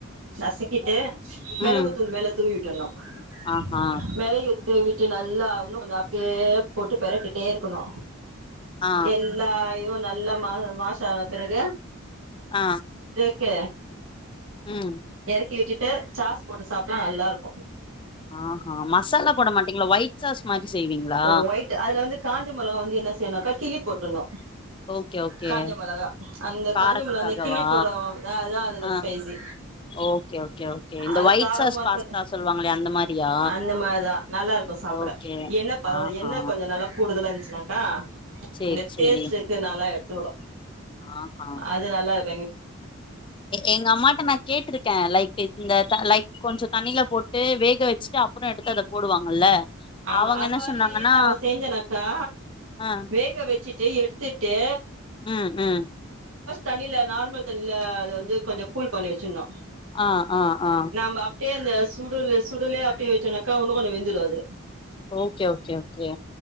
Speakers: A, on the right; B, on the left.
A: நசிக்கிட்டு
B: ம்
A: மெலகுத்தூள் மேல தூவிவிட்டுனும்
B: ஆஹா
A: <unintelligible> விட்டு விட்டு நல்லா உன்னூ கொஞ்சு அப்டியே போட்டு பேறட்டிட்டே இருக்கணு
B: ஆ
A: எல்லாயோ- நல்லா மா மாஷ்ஷான பிறகு
B: ஆ
A: கு
B: ம்
A: கேட்டுட்டு சாஸ் போட்டு சாப்டா நல்லா இருக்கு
B: ஆஹ மசாலா போட மாட்டீங்ளா ஒயிட் சாஸ் மாரி செய்வீங்ளா
A: ஒயிட் அதுல வந்து காஞ்ச மொளகா வந்து என்ன செய்ணுனாக்கா கிள்ளி போட்றனு
B: ஓகே ஓகே
A: காஞ்ச மொளகா அந்த
B: காரத்துக்காகவா
A: காஞ்ச மொளகா வந்து கிள்ளி க்குறோ அதா அதா அதுலதா
B: ஆ
A: ஸ்பைசி
B: ஓகே ஓகே ஓகே இந்த
A: அது
B: ஒயிட்
A: காரமா
B: சாஸ்
A: இருக்காது
B: பாஸ்தா சொல்லுவாங்களே அந்த மாரியா
A: அந்த மாரிதா நல்லா இருக்கு சாப்புட
B: ஓகே
A: எண்ணெப்பா
B: ஆஹா
A: எண்ணெ கொஞ்சோ நல்லா கூடுதலா இரு ந்ச்சினாக்கா
B: சேரி
A: அந்த தேள்
B: சேரி
A: செட் நல்லா எடுத்து விடும்
B: ஆஹா
A: அது நல்லா இரு
B: எங்க அம்மாட்ட நான் கேட்டிருக்கேன் லைட் இந்த லைட் கொஞ்சம் தண்ணி ட்டில போட்டு வேக வச்சுட்டு அப்புறம் எடுத்து அத போடுவாங்கல்ல
A: ஆமா
B: அவங்க
A: அது
B: என்ன
A: வாரி
B: சொன்னாங்கன்னா
A: நம்ம செஞ்சனாக்கா
B: ஆ
A: வேக வச்சுட்டு எடுத் திட்டு
B: ம் ம்
A: தண்ணில நார்மல் தண்ணில அது வந்து கொஞ்சு கூள் பண்ணி வெச்சிர்னு
B: ஆ ஆ ஆ
A: நம்ம டே அந்த சுடுல சுடுலே அப்பிடி விட்டர்னு கா ஒன்னு கொண்ணு வெந்துடுது
B: ஓக்கே ஓக்கே ஓக்கே